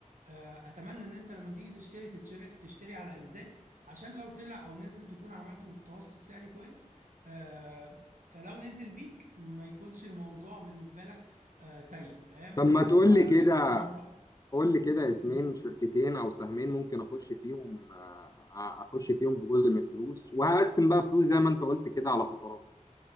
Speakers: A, on the right; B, on the left.
A: آه اتمنى ان انت لما تيجي تشتري تشتري, تشتري على اجزاء عشان لو طلع او نزل تكون عملت متوسط سعري كويس آه، فلو نزل بيك ما يكونش الموضوع بالنسبة لك آه، سيء فاهم
B: لما
A: لا
B: تقول
A: انت اشتريت
B: لي كده
A: مرة
B: قول لي كده اسمين
A: مم.
B: شركتين او سهمين ممكن اخش فيهم آه، اخش فيهم بجزء من الفلوس وهقسم بقى فلوس زي ما انت قلت كده على فترات